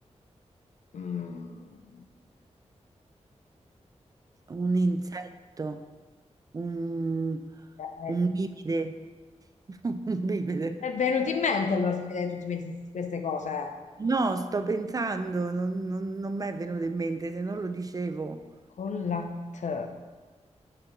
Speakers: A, on the left (about 80°); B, on the right (about 30°).
A: Mm.
B: un insetto, un,
A: Eh,
B: un bipede. <laughs> Un bipede.
A: È venuto in mente allora se mi dai tutte questi- queste cose.
B: No, sto pensando, non, non, non mi è venuto in mente, se non lo dicevo.
A: Con la T.